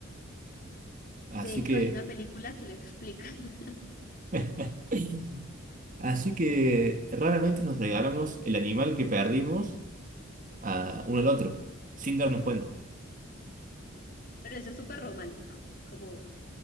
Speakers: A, on the right; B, on the left.
A: Así
B: De hecho,
A: que...
B: hay una película que lo explica, <laughs>
A: <laughs> Así que raramente nos regalamos el animal que perdimos a uno al otro, sin darnos cuenta.
B: pero eso es súper romántico, como